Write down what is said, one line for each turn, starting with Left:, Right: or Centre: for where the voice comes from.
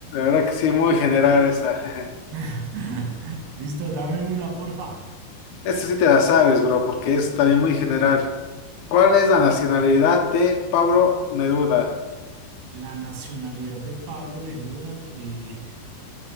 Left: verdad que sí, muy general esa. <laughs>
Right: <laughs> Listo, dame una, porfa.
Left: Esa sí te la sabes, bro, porque es también muy general. ¿Cuál es la nacionalidad de Pablo Neruda?
Right: La nacionalidad de Pablo Neruda, eh,